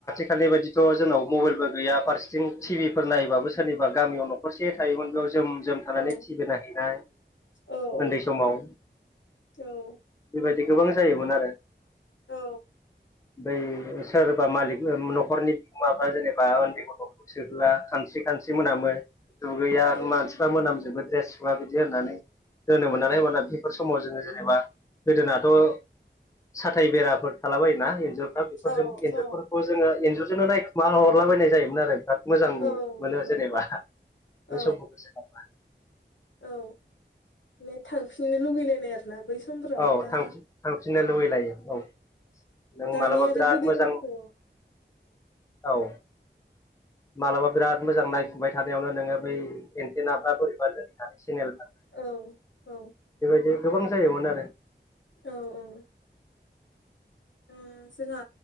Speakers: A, on the left (about 15°); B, on the left (about 85°).
A: आथिखालनि बायदिथ' जोंनाव मबाइलबो गैया फारसेथिं टि भिफोर नायबाबो सोरनिबा गामियाव न'खरसे थायोमोन बेयाव जोम जोम थानानै
B: औ
A: थि बि नायहैनाय
B: औ औ
A: उन्दै समाव
B: औ
A: बेबायदि गोबां जायोमोन आरो
B: औ
A: बै सोरबा मालिक न'खरनि बिगोमाफ्रा जेनेबा उन्दै गथ'खौ सोहोआ खानस्रि खानस्रि मोनामो दुगैया
B: औ
A: मानसिफ्रा मोनामजोबो ड्रेस खुगा बिदि होननानै दोनोमोन नालाय होमबाना बेफोर समाव जोङो जेनेबा गोदोनाथ' साथाय बेराफोर थालाबायोना एन्जुरफ्रा बेफोरजों
B: औ
A: एन्जुरफोरखौ
B: औ
A: जोङो एन्जुर जोंनो नायखुमा हरलाबायनाय जायोमोन आरो मोजां
B: औ
A: मोनो
B: नंगौ
A: जेनेबा बे
B: औ
A: समखौ गोसोखांबा
B: औ मे थांफिननो लुगैलायनाय आरोना बै समफोराव
A: औ
B: दा
A: थांफिन थांफिननो लुबैलायो औ नों
B: दानि
A: मालाबा
B: आरो
A: बिराद
B: गोदोनिखौ
A: मोजां औ मालाबा बिराद मोजां नायफुबाय थानायावनो नोङो बै एन्थेनारफ्रा बोरैबा लोरिनानै सेनेल
B: औ औ
A: बे गोबां जायोमोन आरो
B: औ औ
A: <inaudible>
B: ओ जोंहा